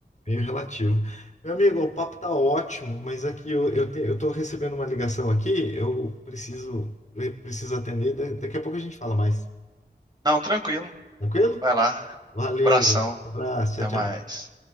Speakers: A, on the left (about 40°); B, on the right (about 25°).
A: meio relativo. Meu amigo, o papo tá ótimo, mas aqui eu, eu, te, eu tô recebendo uma ligação aqui, eu preciso eu preciso atender, da- daqui a pouco a gente fala mais.
B: Não, tranquilo.
A: Tranquilo?
B: Vai lá.
A: Valeu,
B: Abração.
A: um abraço,
B: Até
A: tchau,
B: mais.
A: tchau.